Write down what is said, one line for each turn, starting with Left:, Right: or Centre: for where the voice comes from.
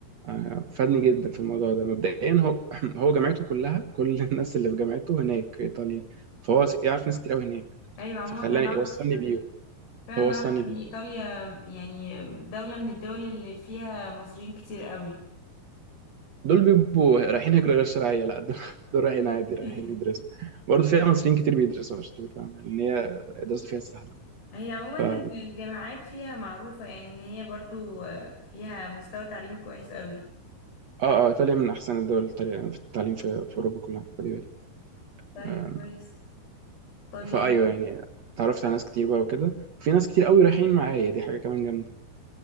Right: آه، فادني جدا في الموضوع ده مبدئيا هو <clears throat> هو جامعته كلها كل <laughs> الناس اللي في جامعته هناك في ايطاليا فهو س- يعرف ناس كتير قوي هناك
Left: ايوه عموما
Right: فخلاني
Left: انا اعرف
Right: يوصلني بيهم
Left: فأنا
Right: فهو وصلني
Left: أعرف إن
Right: بيه
Left: إيطاليا يعني دولة من الدول اللي فيها مصريين كتير قوي
Right: دول بيبقوا رايحين هجرة غير شرعية لا دول, <laughs> دول رايحين
Left: <laughs>
Right: عادي رايحين يدرسوا برضه فيها مصريين كتير بيدرسوا عشان تبقى فاهم لأن هي الدراسة فيها سهلة
Left: هي عموما
Right: ف اه
Left: ال- الجامعات فيها معروفة يعني إن هي برضو آه، فيها مستوى تعليمي كويس قوي
Right: اه ايطاليا من احسن الدول التالية- في التعليم في, في اوروبا كلها خلي بالك
Left: طيب
Right: آم،
Left: كويس طب
Right: فايوه
Left: يعني
Right: يعني اتعرفت على ناس كتير بقى وكده وفي ناس كتير قوي رايحين معايا دي حاجه كمان جامده